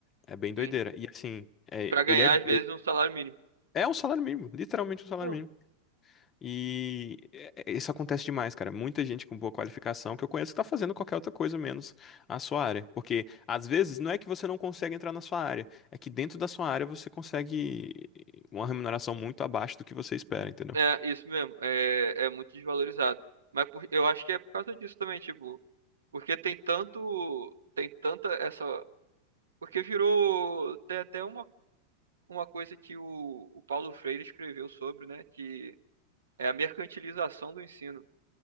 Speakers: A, on the left; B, on the right.
A: É bem doideira.
B: Sim.
A: E assim, é,
B: Pra ganhar,
A: ele é,
B: às vezes,
A: ele-
B: um salário mínimo.
A: é um salário mínimo, literalmente um salário
B: Pô,
A: mínimo. E é- isso acontece demais, cara. Muita gente com boa qualificação que eu conheço tá fazendo qualquer outra coisa menos a sua área. Porque às vezes não é que você não consegue entrar na sua área, é que dentro da sua área você consegue uma remuneração muito abaixo do que você espera, entendeu?
B: É, isso mesmo. É, é muito desvalorizado. Mas por- eu acho que é por causa disso também, tipo. Porque tem tanto. Tem tanta essa. Porque virou. Tem até uma, uma coisa que o, o Paulo Freire escreveu sobre, né? Que é a mercantilização do ensino.